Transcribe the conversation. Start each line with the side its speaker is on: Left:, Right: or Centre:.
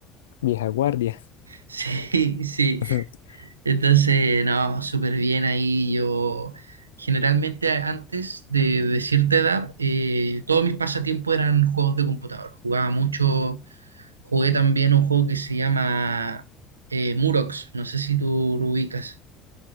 Left: vieja guardia.
Right: Sí, sí.
Left: <laughs>
Right: Entonces, no, súper bien ahí. Yo generalmente antes de, de cierta edad, eh, todos mis pasatiempos eran juegos de computador. Jugaba mucho, jugué también un juego que se llama eh, Murox, no sé si tú lo ubicas.